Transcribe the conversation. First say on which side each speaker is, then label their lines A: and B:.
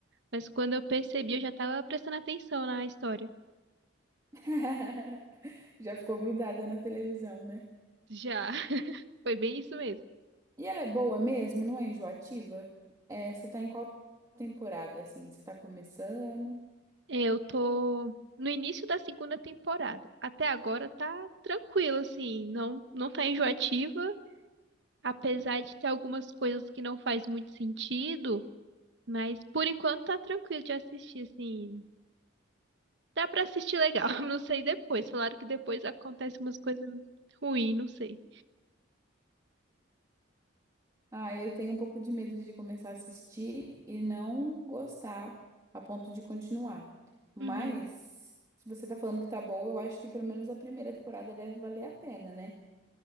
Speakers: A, on the right; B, on the right.
A: mas quando eu percebi, eu já tava prestando atenção na história.
B: <laughs> Já ficou grudada na televisão, né?
A: Já, <laughs> foi bem isso mesmo.
B: E ela é boa mesmo, não é enjoativa? É, você tá em qual temporada, assim? Você tá começando?
A: É, Eu tô no início da segunda temporada. Até agora tá tranquilo, assim, não não tá enjoativa, apesar de ter algumas coisas que não faz muito sentido, mas por enquanto tá tranquilo de assistir, assim. Dá pra assistir legal, <laughs> não sei depois. Falaram que depois acontece umas coisas ruins, não sei.
B: Ah, eu tenho um pouco de medo de começar a assistir e não gostar a ponto de continuar. Mas,
A: Uhum.
B: se você tá falando que tá boa, eu acho que pelo menos a primeira temporada deve valer a pena, né?